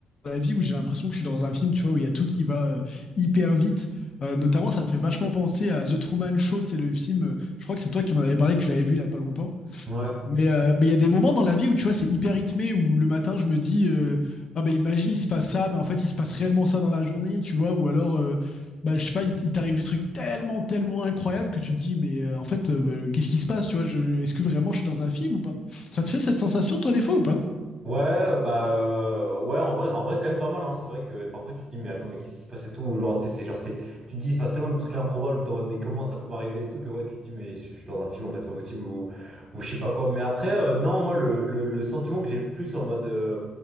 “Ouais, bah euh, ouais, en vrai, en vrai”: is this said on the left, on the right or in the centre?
Right